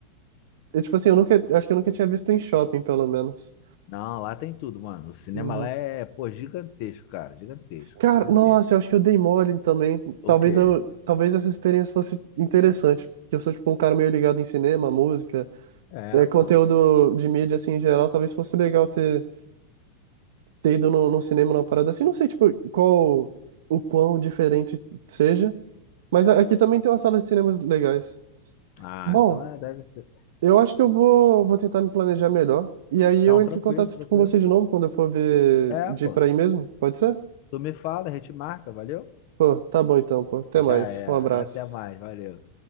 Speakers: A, on the right; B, on the left.
A: eu, tipo assim, eu nunca, acho que eu nunca tinha visto em shopping, pelo menos.
B: Não, lá tem tudo, mano. O cinema
A: Uhum.
B: lá é, pô, gigantesco, cara. Gigantesco,
A: Cara,
B: gigantesco.
A: nossa, eu acho que eu dei mole também.
B: O
A: Talvez
B: quê?
A: eu, talvez essa experiência fosse interessante. Que eu sou tipo um cara meio ligado em cinema, música,
B: É,
A: é, conteúdo
B: pô.
A: de mídia assim em geral. Talvez fosse legal ter, ter ido no, no cinema numa parada assim. Não sei tipo qual o quão diferente seja, mas a- aqui também tem uma sala de cinemas legais.
B: Ah,
A: Bom,
B: então é, deve ser.
A: eu acho que eu vou, vou tentar me planejar melhor. E aí
B: Não,
A: eu entro
B: tranquilo,
A: em contato
B: tranquilo.
A: com você de novo quando eu for ver
B: É,
A: de
B: pô.
A: ir pra aí mesmo. Pode ser?
B: Tu me fala, a gente marca, valeu?
A: Pô, tá bom então, pô.
B: <laughs>
A: Até
B: Já
A: mais.
B: é.
A: Um abraço.
B: Até mais, valeu.